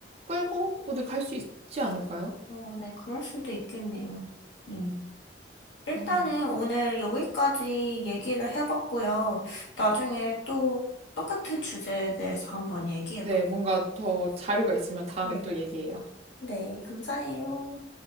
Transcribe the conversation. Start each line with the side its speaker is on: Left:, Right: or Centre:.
Right: 끌고 어디 갈 수 있지 않을까요?
Left: 어, 네, 그럴 수도 있겠네요. 네. 일단은
Right: 어.
Left: 오늘 여기까지 얘기를 해봤고요. 나중에 또 똑같은 주제에 대해서 한번 얘기해봐요.
Right: 네, 뭔가 더 자료가 있으면 다음에
Left: 네.
Right: 또 얘기해요.
Left: 네, 감사해요.